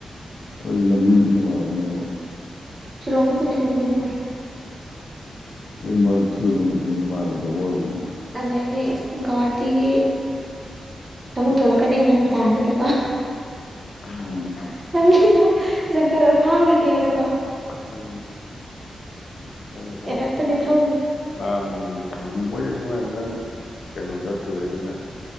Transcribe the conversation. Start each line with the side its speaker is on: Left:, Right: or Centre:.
Left: ꯑꯗꯨꯁꯨ ꯂꯝꯕꯤꯗꯤ ꯅꯨꯡꯉꯥꯏꯔꯒꯅꯦꯕ
Right: ꯁꯤꯂꯣꯡꯗꯨꯕꯨꯗꯤ ꯅꯝꯕꯤ ꯅꯨꯡꯉꯥꯏ
Left: ꯑꯗꯨ ꯃꯔꯛꯇꯨꯁꯨ ꯑꯗꯨꯝ ꯀꯩꯁꯨ ꯅꯨꯡꯉꯥꯏꯔꯕꯗ ꯑꯣꯏꯔꯝꯃꯣꯏꯅꯤ
Right: ꯑꯗꯩꯗꯤ ꯒꯧꯍꯥꯇꯤꯒꯤ ꯆꯨꯛ ꯊꯣꯛꯂꯛꯀꯅꯤꯅ ꯅꯨꯡꯗꯥꯡꯁꯤꯗꯀꯣ
Left: ꯎꯝ
Right: ꯅꯪꯗꯣ ꯖꯪꯒꯔ ꯐꯥꯎꯔꯤꯗꯦꯅꯀꯣ
Left: ꯎꯝ ꯍꯣꯏ ꯒꯨꯍꯥꯇꯤ
Right: ꯑꯦꯂꯔꯠꯇꯅꯦ
Left: ꯆꯠ
Right: ꯊꯧꯔꯤꯁꯦ
Left: ꯌꯥꯝꯅꯅꯦ ꯃꯤ ꯃ ꯌꯥꯝ ꯅꯨꯡꯉꯥꯏꯕ ꯅꯪ ꯀꯩꯅꯣ ꯆꯠꯇ꯭ꯔꯨꯕꯩꯅꯤꯅ